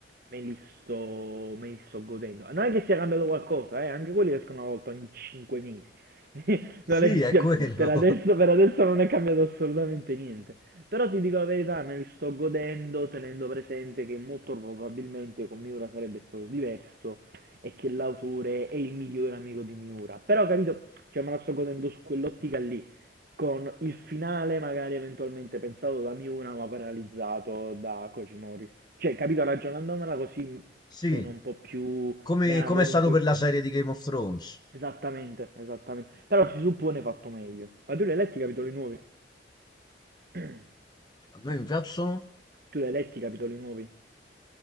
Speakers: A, on the right; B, on the left.
A: me li sto, me li sto godendo. Non è che sia cambiato qualcosa, eh? anche quelli escono una volta ogni 5 mesi. <laughs>
B: Sì,
A: non è che
B: è
A: sia,
B: quello.
A: per adesso, per adesso non è cambiato assolutamente niente. Però ti dico la verità, me li sto godendo tenendo presente che molto probabilmente con Miura sarebbe stato diverso e che l'autore è il migliore amico di Miura. Però capito, cioè me la sto godendo su quell'ottica lì, con il finale magari eventualmente pensato da Miura ma paralizzato da Kojimori. Cioè, capito, ragionandomela così
B: Sì.
A: sono un po' più...
B: Come
A: me la
B: come
A: godo
B: è stato
A: un po' in
B: per
A: più.
B: la serie di Game of Thrones?
A: Esattamente, esattamente. Però si suppone fatto meglio. Ma tu li hai letti i capitoli nuovi? <clears throat>
B: A me mi piacciono
A: Tu li hai letti i capitoli nuovi?